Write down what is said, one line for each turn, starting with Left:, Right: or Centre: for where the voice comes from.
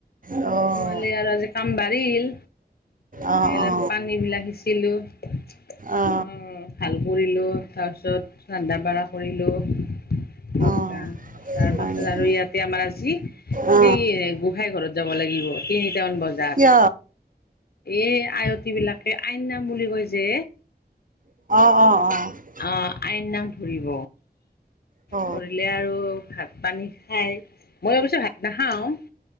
Right: অহ।
Left: লে আৰু আজি কাম বাঢ়িল,
Right: অ
Left: সেইবিলাক
Right: অ
Left: পানীবিলাক সিঁচিলো। উম
Right: অ
Left: ভাল কৰিলোঁ তাৰপিছত ৰান্ধা - বাঢ়া কৰিলোঁ। তেনেকুৱা
Right: অ
Left: তাৰ
Right: হয়
Left: পাছত
Right: নেকি?
Left: আৰু ইয়াতে আমাৰ আজি
Right: অ
Left: সেই গোসাঁই ঘৰত যাব লাগিব, তিনিটামান বজাত।
Right: কিয়?
Left: এই আয়তীবিলাকে আই নাম বুলি কয় যে।
Right: অ', অ', অ'।
Left: অ', আইন নাম ধৰিব,
Right: অ
Left: ধৰিলে আৰু ভাত পানী খায়, মই অৱশ্যে ভাত নাখাওঁ।